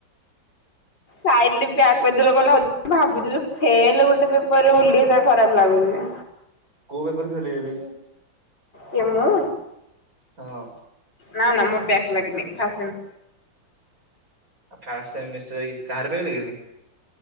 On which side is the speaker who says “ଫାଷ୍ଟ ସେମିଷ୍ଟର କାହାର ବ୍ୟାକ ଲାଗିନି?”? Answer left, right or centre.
Right